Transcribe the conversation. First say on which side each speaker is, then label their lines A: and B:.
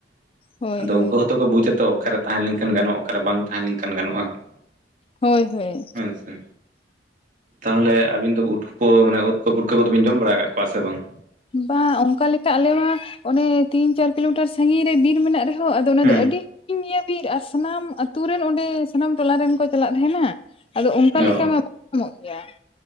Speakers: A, on the right; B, on the left.
A: ᱾ <inaudible>
B: ᱦᱳᱭ
A: ᱟᱫᱚ
B: ᱦᱳᱭ
A: ᱩᱱᱠᱩ ᱦᱚᱸᱛᱚ ᱠᱚ ᱵᱩᱡᱽ ᱟᱛᱚ ᱚᱠᱟᱨᱮ ᱛᱟᱦᱮᱸ ᱞᱮᱱᱠᱷᱟᱱ ᱜᱟᱱᱚᱜᱼᱟ ᱚᱠᱟᱨᱮ ᱵᱟᱝ ᱛᱟᱦᱮᱸ ᱞᱮᱱᱠᱷᱟᱱ ᱜᱟᱱᱚᱜᱼᱟ ᱾
B: ᱦᱳᱭ ᱦᱳᱭ ᱾
A: ᱦᱮᱸ ᱥᱮ ᱛᱟᱦᱚᱞᱮ ᱟᱹᱵᱤᱱ ᱫᱚ ᱩ <unintelligible> ᱢᱟᱱᱮ ᱩᱫ ᱠᱚ ᱯᱩᱴᱠᱟᱹ ᱠᱚᱫᱚ ᱵᱤᱱ ᱡᱚᱢ ᱵᱟᱲᱟ ᱠᱟᱫ ᱠᱚᱣᱟ ᱥᱮ ᱵᱟᱝ?
B: ᱵᱟᱝ ᱚᱱᱠᱟ ᱞᱮᱠᱟ ᱟᱞᱮᱢᱟ ᱚᱱᱮ ᱛᱤᱱ ᱪᱟᱨ ᱠᱤᱞᱳᱢᱤᱴᱟᱨ ᱥᱟᱜᱤᱧ ᱨᱮ ᱵᱤᱨ ᱢᱮᱱᱟᱜ ᱨᱮᱦᱚᱸ ᱟᱫᱚ ᱚᱱᱟ
A: ᱦᱮᱸ
B: ᱫᱚ ᱟᱹᱰᱤ <unintelligible> ᱵᱤᱨ ᱟᱨ ᱥᱟᱱᱟᱢ ᱟᱛᱩ ᱨᱮᱱ ᱚᱸᱰᱮ ᱥᱟᱱᱟᱢ ᱴᱚᱞᱟ ᱨᱮᱱ ᱠᱚ ᱪᱟᱞᱟᱜ ᱛᱟᱦᱮᱱᱟ ᱾ ᱟᱫᱚ ᱚᱱᱠᱟ
A: ᱚ
B: ᱞᱮᱠᱟ
A: ᱚ
B: ᱢᱟ ᱵᱟᱠᱚ ᱧᱟᱢᱚᱜ ᱜᱮᱭᱟ ᱾